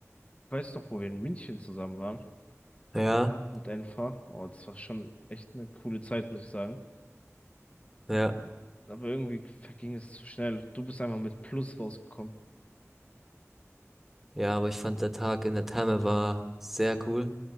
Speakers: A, on the left; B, in the centre.
A: Weiß doch, wo wir in München zusammen waren.
B: ja,
A: Mit Enfa. Oh, das war schon echt eine coole Zeit, muss ich sagen.
B: ja,
A: Aber irgendwie verging es zu schnell. Du bist einfach mit Plus rausgekommen.
B: ja, aber ich fand der Tag in der Therme war sehr cool.